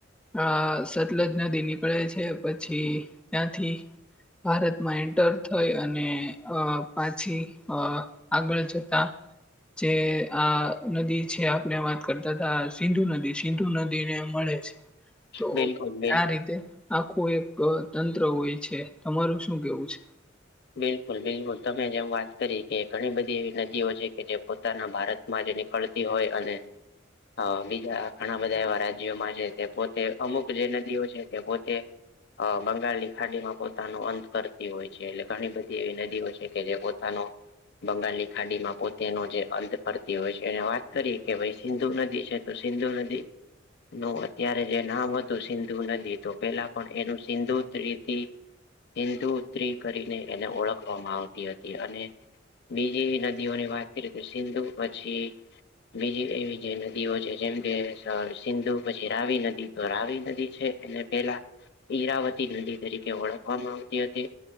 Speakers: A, in the centre; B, on the left.
A: આ સતલજ નદી નીકળે છે પછી ત્યાંથી ભારતમાં એન્ટર થઈ અને અ પાછી અ આગળ જતા જે આ નદી છે આપણે વાત કરતા હતા સિંધુ નદી સિંધુ નદી ને મળે છે. તો
B: બિલકુલ બિલકુલ
A: આ રીતે આખું એક તંત્ર હોય છે. તમારું શું કેવું છે?
B: બિલકુલ, બિલકુલ. તમે જેમ વાત કરી કે ઘણી બધી એવી નદીઓ છે કે જે પોતાના ભારત માં જે નીકરતી હોય અને અ બીજા ઘણા બધા એવા રાજ્યોમાં છે તે પોતે અમુક જે નદીઓ છે તે પોતે અ બંગાળ ખાડીમાં પોતાનો અંત કરતી હોય છે એટલે ધણી બધી એવી નદીઓ છે જે પોતાનો બંગાલી ખાડીમાં પોતેનો જે અંત કરતી હોય છે એ વાત કરી કે ભઈ સિંધુ નદી છે તો સિંધુ નદી નું અત્યારે જે નામ હતું સિંધુ નદી તો પહેલા પણ એનું સિંધુ ઉત્રી થી હિન્દુ ઉત્રી કરીને એને ઓળખવામાં આવતી હતી અને બીજી એવી નદીઓની વાત કરીએ તો સિંધુ પછી બીજી એવી જે નદીઓ છે જેમ કે સ સિંધુ પછી રાવી નદી તો રાવી નદી છે એને પહેલા ઈરાવતી નદી તરીકે ઓળખવામાં આવતી હતી